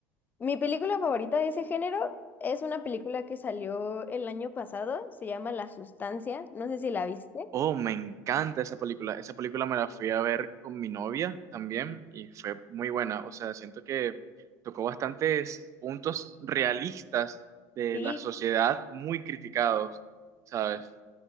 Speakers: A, on the left; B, on the right.
A: Mi película favorita de ese género es una película que salió el año pasado, se llama La Sustancia, no sé si la viste.
B: Oh, me encanta esa película. Esa película me la fui a ver con mi novia también y fue muy buena. O sea, siento que tocó bastantes puntos realistas de
A: Sí,
B: la sociedad muy criticados, ¿sabes?